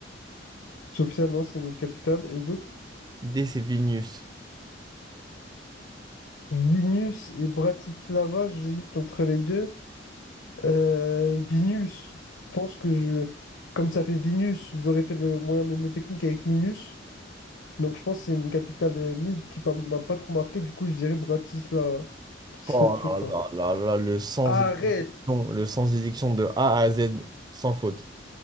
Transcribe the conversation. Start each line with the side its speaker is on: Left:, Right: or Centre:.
Left: Sofia, non, c'est une autre capitale. Et l'autre,
Right: D, c'est Vilnius.
Left: Vilnius et Bratislava, j'hésite entre les deux. Euh, Vilnius, je pense que je, comme ça fait Vilnius, j'aurais fait le moyen mnémotechnique avec Minus. Donc je pense que c'est une capitale euh, mid qui pas- m'a pas trop marqué. Du coup, je dirais Bratislava, ce
Right: Oh
Left: truc
Right: là
Left: là.
Right: là là là, le sens
Left: Arrête!
Right: des dictions, le sens des dictions de A à Z, sans faute.